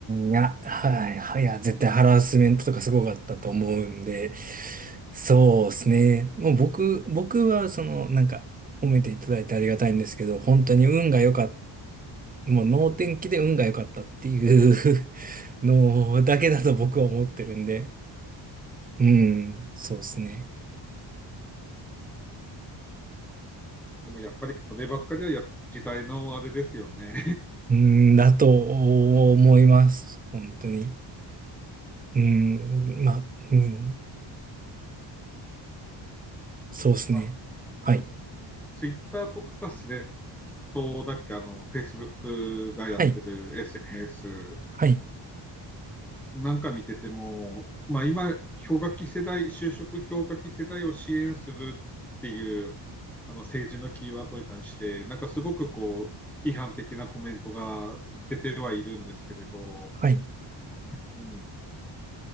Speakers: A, on the right (about 20°); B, in the centre.
A: ん、いや、はい、はい、いや、絶対ハラスメントとかすごかったと思うんで、そうですね。もう僕、僕は、その、なんか、褒めていただいてありがたいんですけど、本当に運が良かったもう能天気で運が良かったっていう <laughs> のだけだと僕は思ってるんで。うん、そうですね。
B: でもやっぱりこればっかりはや時代のあれですよね
A: うん、だと思います。本当に。うん、まあ、うん、そうですね。
B: <laughs>。まあ、
A: はい、
B: ツイッターとかスレッドだっけ、あの、フェイスブックがやってる
A: はい、
B: SNS
A: はい、
B: なんか見てても、まあ今、氷河期世代、就職氷河期世代を支援するっていう、あの政治のキーワードに対して、なんかすごくこう、批判的なコメントが出てはいるんですけれど、
A: はい。
B: うん、